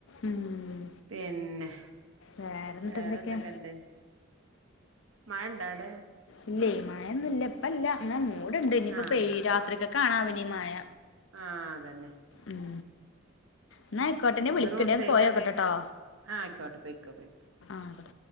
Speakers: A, on the left; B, on the right.
A: ഉം
B: പിന്നെ
A: വേറെന്നിട്ട്
B: വേറെ
A: എന്തൊക്കെയാ
B: എന്തൊക്കെണ്ട് മയണ്ട വടെ
A: ഇല്ല്യ മായൊന്നുല്ല ഇപ്പല്ല ഇങ്ങനെ മൂടുണ്ട് ഇനിപ്പോ
B: ആഹ്
A: പെയ് രാത്രിക്കക്കാണാവോ ഇ നി മ യ
B: ആഹ് അതന്നെ
A: ഉം ഇന്നയിക്കോട്ടെ ഇന്നെ
B: ഇത്
A: വിളിക്ക്ണ്ട്
B: റോഡ്
A: ഞാ
B: സൈഡാ
A: പോയോക്കോട്ടെട്ടോ
B: ആഹ് ആയിക്കോട്ടെ ചെയ്ക്കോ പെയ് കോ
A: ആയിക്കോട്ടെ